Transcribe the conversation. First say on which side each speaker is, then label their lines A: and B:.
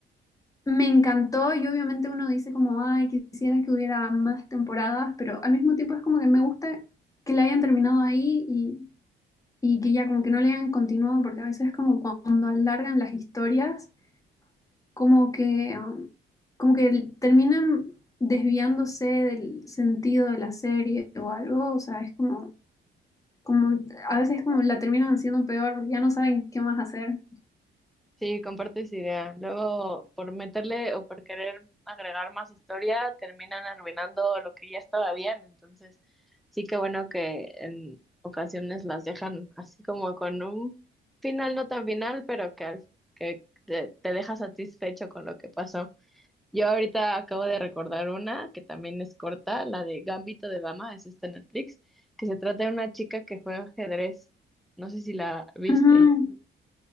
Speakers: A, on the left; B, in the centre.
A: me encantó y obviamente uno dice como, ay, quisiera que hubiera más temporadas, pero al mismo tiempo es como que me gusta que la hayan terminado ahí y, y que ya como que no le hayan continuado porque a veces como cuando alargan las historias. como que, um, como que terminan desviándose del sentido de la serie o algo, o sea, es como, como a veces como la terminan haciendo peor porque ya no saben qué más hacer.
B: Sí, comparto esa idea. Luego, por meterle o por querer agregar más historia, terminan arruinando lo que ya estaba bien. Entonces, sí que bueno que en ocasiones las dejan así como con un final no tan final, pero que, al- que te, te deja satisfecho con lo que pasó. Yo ahorita acabo de recordar una que también es corta, la de Gambito de Dama, es esta en Netflix, que se trata de una chica que juega ajedrez. No sé si la viste.
A: Ujú.